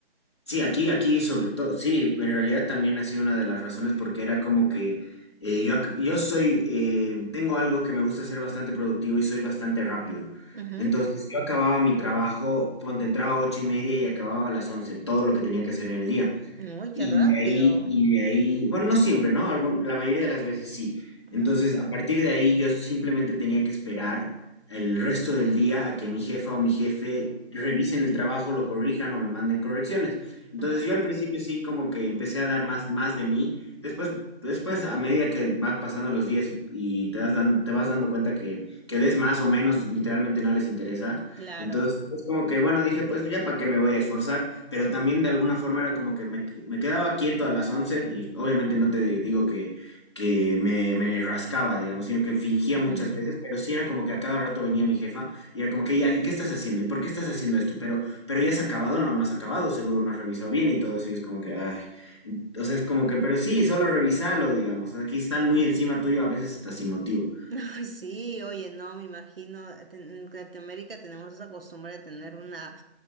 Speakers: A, on the left; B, on the right.
A: Sí, aquí, aquí sobre todo, sí, en realidad también ha sido una de las razones porque era como que eh, yo, ac- yo soy, eh, tengo algo que me gusta ser bastante productivo y soy bastante rápido.
B: Ujú.
A: Entonces yo acababa mi trabajo, ponte, entraba a ocho y media y acababa a las once, todo lo que tenía que hacer en el día.
B: Uy, qué
A: Y
B: rápido.
A: de ahí, y de ahí, bueno, no siempre, ¿no? Algún- la mayoría de las veces sí.
B: Ajá,
A: Entonces, a partir de ahí, yo simplemente tenía que esperar el resto del día a que mi jefa o mi jefe revisen el trabajo, lo corrijan o me manden correcciones. Entonces,
B: ajá.
A: yo al principio sí como que empecé a dar más, más de mí. Después, después, a medida que van pasando los días y, y te das dan- te vas dando cuenta que, que des más o menos, literalmente no les interesa.
B: Claro.
A: Entonces, es como que, bueno, dije, pues ya para qué me voy a esforzar pero también de alguna forma era como que me, me quedaba quieto a las 11 y obviamente no te di- digo que, que me, me rascaba, digamos, sino que fingía
B: Ujú.
A: muchas veces, pero sí era como que a cada rato venía mi jefa y era como que, ya, ¿y qué estás haciendo? ¿Y por qué estás haciendo esto? Pero, pero ya has acabado, no, no has acabado, seguro no has revisado bien y todo eso y es como que, ay, entonces como que, pero sí, solo revisalo, digamos, aquí están muy encima tuyo, a veces hasta sin motivo.
B: <laughs> Ay, sí, oye, no, me imagino, te- en Latinoamérica tenemos esa costumbre de tener una,